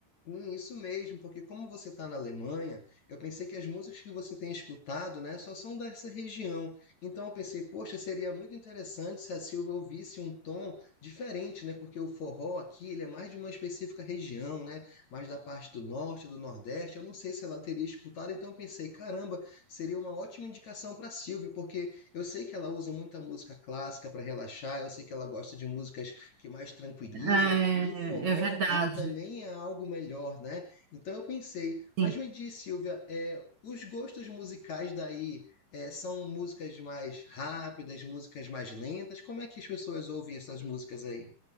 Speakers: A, on the left; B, on the right.
A: Sim, isso mesmo, porque como você está na Alemanha, eu pensei que as músicas que você tem escutado, né, só são dessa região. Então eu pensei, poxa, seria muito interessante se a Silvia ouvisse um tom diferente, né? Porque o forró aqui, ele é mais de uma específica região, né? Mais da parte do norte, do nordeste. Eu não sei se ela teria escutado, então eu pensei, caramba, seria uma ótima indicação para a Silvia, porque eu sei que ela usa muita música clássica para relaxar, eu sei que ela gosta de músicas que mais tranquilizam
B: É,
A: e o forró,
B: é verdade.
A: ele também é algo melhor, né? Então eu pensei, mas
B: Sim.
A: me diz, Silvia, é, os gostos musicais daí é, são músicas mais rápidas, músicas mais lentas? Como é que as pessoas ouvem essas músicas aí?